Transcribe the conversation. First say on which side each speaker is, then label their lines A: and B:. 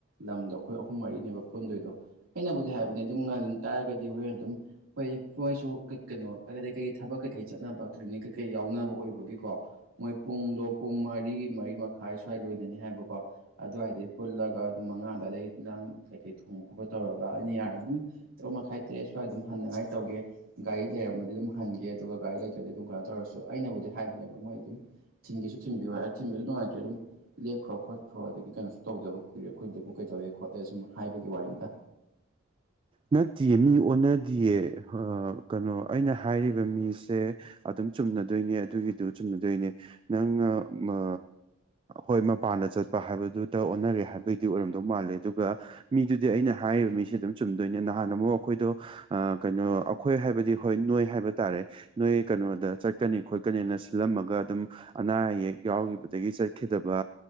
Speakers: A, on the right; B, on the right.
A: ꯂꯝꯗꯣ ꯑꯈꯣꯏ ꯑꯍꯨꯝ ꯃꯔꯤꯅꯦꯕ ꯄꯨꯟꯗꯣꯏꯗꯣ ꯑꯩꯅꯕꯨꯗꯤ ꯍꯥꯏꯕꯅꯦ ꯑꯗꯨꯝ ꯉꯟ ꯇꯥꯔꯒꯗꯤ ꯍꯣꯔꯦꯟ ꯑꯗꯨꯝ ꯍꯣꯏ ꯃꯣꯏꯁꯨ ꯀ ꯀꯩꯅꯣ ꯀ ꯀꯩꯀꯩ ꯊꯕꯛ ꯀꯩꯀꯩ ꯆꯠꯅꯕ ꯀ꯭ꯂꯤꯅꯤꯛ ꯀꯩꯀꯩ ꯌꯥꯎꯅꯕ ꯑꯣꯏꯕꯒꯤꯀꯣ ꯃꯣꯏ ꯄꯨꯡꯗꯣ ꯄꯨꯡ ꯃꯔꯤ ꯃꯔꯤ ꯃꯈꯥꯏ ꯁ꯭ꯋꯥꯏ ꯂꯣꯏꯗꯣꯢꯅꯦ ꯍꯥꯏꯕꯀꯣ ꯑꯗꯨꯋꯥꯏꯗꯩ ꯄꯨꯜꯂꯒ ꯄꯨꯡ ꯃꯉꯥ ꯑꯗ꯭ꯋꯥꯢꯗꯩ ꯏꯟꯖꯥꯡ ꯀꯩꯀꯩ ꯊꯣꯡꯕ ꯈꯣꯠꯄ ꯇꯧꯔꯒ ꯑꯩꯅ ꯌꯥꯔꯗꯤ ꯗꯨꯝ ꯇꯔꯨꯛ ꯃꯈꯥꯏ ꯇꯔꯦꯠ ꯁ꯭ꯋꯥꯏ ꯑꯗꯨꯝ ꯍꯟꯅꯉꯥꯏ ꯇꯧꯒꯦ ꯒꯥꯔꯤ ꯂꯩꯔꯝꯃꯗꯤ ꯑꯗꯨꯝ ꯍꯟꯒꯦ ꯑꯗꯨꯒ ꯒꯥꯔꯤ ꯂꯩꯇ꯭ꯔꯗꯤ ꯑꯗꯨꯝ ꯀꯩꯅꯣ ꯇꯧꯔꯁꯨ ꯑꯩꯅꯕꯨꯗꯤ ꯍꯥꯏꯕꯅꯦꯕ ꯃꯣꯏ ꯑꯗꯨꯝ ꯊꯤꯟꯒꯦꯁꯨ ꯊꯤꯟꯕꯤꯌꯨ ꯍꯥꯏꯔ ꯊꯤꯟꯕꯖꯨ ꯅꯨꯡꯉꯥꯏꯇ꯭ꯔꯦ ꯑꯗꯨꯝ ꯂꯦꯛꯈ꯭ꯔꯣ ꯈꯣꯠꯈ꯭ꯔꯣ ꯑꯗꯒꯤ ꯀꯩꯅꯣꯁꯨ ꯇꯧꯗꯕ ꯀꯨꯏꯔꯦ ꯈꯣꯏꯗꯕꯨ ꯀꯩꯗꯧꯋꯦ ꯈꯣꯠꯂꯦ ꯁꯨꯝ ꯍꯥꯏꯕꯒꯤ ꯋꯥꯔꯤꯅꯤꯗ
B: ꯅꯠꯇꯤꯌꯦ ꯃꯤ ꯑꯣꯟꯅꯗꯤꯌꯦ ꯑ ꯀꯅꯣ ꯑꯩꯅ ꯍꯥꯏꯔꯤꯕ ꯃꯤꯁꯦ ꯑꯗꯨꯝ ꯆꯨꯝꯅꯗꯣꯏꯅꯦ ꯑꯗꯨꯒꯤꯗꯨ ꯆꯨꯝꯅꯗꯣꯏꯅꯦ ꯅꯪ ꯃ ꯍꯣꯏ ꯃꯄꯥꯟꯗ ꯆꯠꯄ ꯍꯥꯏꯕꯗꯨꯗ ꯑꯣꯟꯅꯔꯦ ꯍꯥꯏꯕꯩꯗꯤ ꯑꯣꯏꯔꯝꯗꯧ ꯃꯥꯜꯂꯦ ꯑꯗꯨꯒ ꯃꯤꯗꯨꯗꯤ ꯑꯩꯅ ꯍꯥꯏꯔꯤꯕ ꯃꯤꯁꯤ ꯑꯗꯨꯝ ꯆꯨꯝꯗꯣꯏꯅꯦ ꯅꯍꯥꯟ ꯑꯃꯨꯛ ꯑꯈꯣꯏꯗꯣ ꯑ ꯀꯩꯅꯣ ꯑꯩꯈꯣꯏ ꯍꯥꯏꯕꯗꯤ ꯍꯣꯏ ꯅꯣꯏ ꯍꯥꯏꯕ ꯇꯥꯔꯦ ꯅꯣꯏ ꯀꯩꯅꯣꯗ ꯆꯠꯀꯅꯤ ꯈꯣꯠꯀꯅꯤꯅ ꯁꯤꯜꯂꯝꯃꯒ ꯑꯗꯨꯝ ꯑꯅꯥ ꯑꯌꯦꯛ ꯌꯥꯎꯒꯤꯕꯗꯒꯤ ꯆꯠꯈꯤꯗꯕ